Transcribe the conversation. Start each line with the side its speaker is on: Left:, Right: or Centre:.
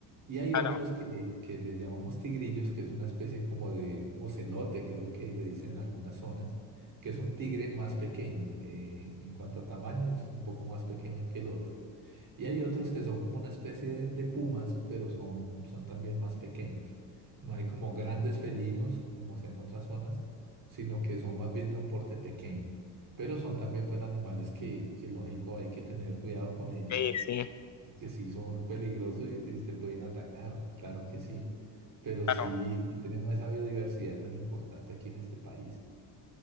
Right: Y hay
Left: claro,
Right: otros que, que les llamamos tigrillos, que es una especie como de ocelote, creo que le dicen en algunas zonas, que es un tigre más pequeño. eh, en en cuanto a tamaño, es un poco más pequeño que el otro. Y hay otros que son como una especie de, de pumas, pero son, son también más pequeños. No hay como grandes felinos, como sea en otras zonas, sino que son más bien de un porte pequeño. Pero son también pues animales que, que lógico hay que tener cuidado con ellos,
Left: sí, sí,
Right: que sí son peligrosos y, y te pueden atacar, claro que sí. Pero
Left: claro.
Right: sí, sí tenemos esa biodiversidad tan importante aquí en este país.